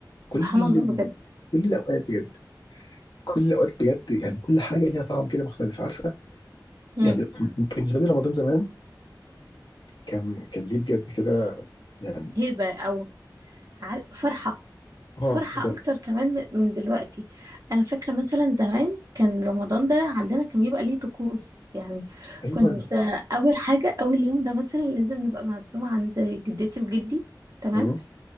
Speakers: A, on the left; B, on the right.
A: كل
B: سبحان الله بجد
A: كل الاوقات بجد كل الاوقات بجد يعني كل حاجه ليها طعم كده مختلف عارفه
B: امم
A: يعني بالنسبه لي رمضان زمان كان كان ليه بجد كده يعني
B: هيبة او عار- فرحة فرحة
A: اه بجد
B: أكتر كمان من من دلوقتي أنا فاكرة مثلا زمان كان رمضان ده عندنا كان بيبقى ليه طقوس يعني
A: ايوه
B: كنت آه، أول حاجة أول يوم ده مثلا لازم نبقى معزومة عند جدتي وجدي تمام
A: مم.